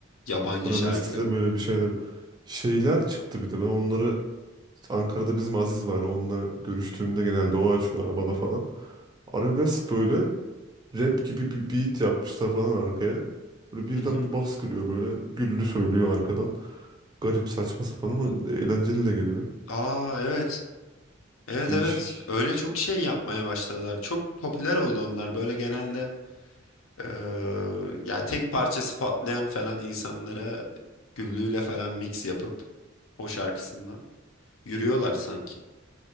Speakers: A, on the left (about 80°); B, on the right (about 20°).
A: Yabancı
B: Arabesk'le
A: şarkı.
B: böyle bir şeyler. Şeyler çıktı bir de. Ben onları Ankara'da bizim Aziz var. Onunla görüştüğümde genelde o açıyor arabada falan. Arabesk böyle rap gibi bir beat yapmışlar falan arkaya. Böyle birden
A: Hı hı.
B: bir bas kırıyor böyle güllü söylüyor arkadan. Garip saçma sapan ama eğlenceli de geliyor.
A: Aa evet. Evet
B: Değişik.
A: evet. Öyle çok şey yapmaya başladılar. Çok popüler oldu onlar. Böyle genelde Ee, yani tek parçası patlayan falan insanlara güllüğüyle falan mix yapıp o şarkısından yürüyorlar sanki.